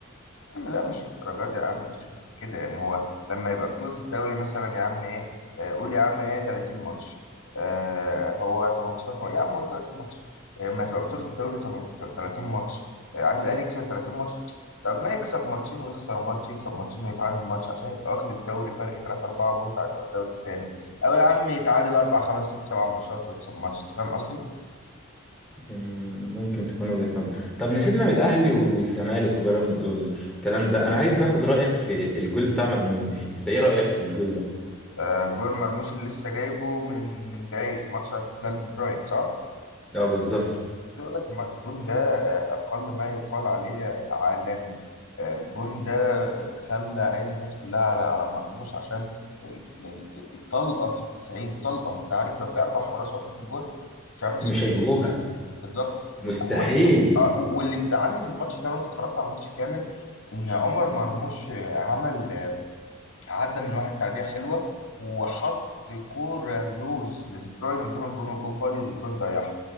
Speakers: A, on the left; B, in the centre.
A: عم لا مش بالدرجات يا عم مش حتة كده يعني هو لما يبقى بطولة الدوري مثلا يا عم ايه آه، قول يا عم ايه 30 ماتش آه هو 18 تم- يا عم قول 30 ماتش آه، ما تبقى بطولة الدوري تم- 30 ماتش آه، عايز الاهلي يكسب 30 ماتش طب ما يكسب ماتشين ويخسر ماتش يكسب ماتشين ويتعادل ماتش عشان يبقى واخد الدوري فرق 3 4 بونت عن الدوري التاني او يا عم يتعادل 4 5 6 7 ماتشات ويكسب ماتش انت فاهم قصدي؟
B: مم، ممكن تكون وجهة نظر طب نسيبنا من الاهلي والزمالك وبيراميدز والكلام ده انا عايز اخد رايك في الجول بتاع مرموش انت ايه رايك في الجول ده
A: آه جول مرموش اللي لسه جايبه من من بعيد في ماتش اعتزال دي بروين صح؟
B: لا بالظبط
A: عايز اقول لك ما- الجون ده آه، اقل ما يقال عليه عالمي آه، الجون ده آه، خلى عين الناس كلها على على مرموش عشان آه، يعني طلقه في التسعين طلقه انت عارف لو في اربع حراس واقفين في الجون مش عارف يصد-
B: مش هيجيبوها
A: بالظبط
B: مستحيل
A: عمر- آه، واللي مزعلني في الماتش ده وانت اتفرجت على الماتش كامل ان عمر مرموش آه، عمل آه، عدى من واحد تعديه حلوه وحط كوره لوز لدي بروين قدام الجون والجون فاضي ودي بروين ضيعها